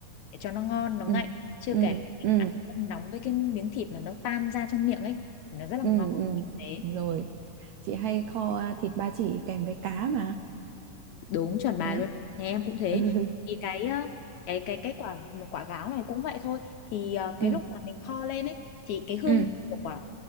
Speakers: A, on the left; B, on the right.
A: để cho nó ngon nó
B: ừ
A: ngậy chưa
B: ừ
A: kể là mình
B: ừ
A: ăn cơm nóng với cái miếng thịt mà nó tan ra trong miệng ấy thì nó rất là
B: ừ
A: ngon
B: ừ
A: thế
B: rồi chị hay kho à, thịt ba chỉ kèm với cá mà
A: đúng chuẩn bà
B: đấy
A: luôn nhà em cũng thế
B: <laughs> ừ
A: thì cái ờ, cái cái cái quả quả gáo này cũng vậy thôi thì ờ, cái
B: ừ
A: lúc mà mình kho lên ấy thì cái hương
B: ừ
A: của quả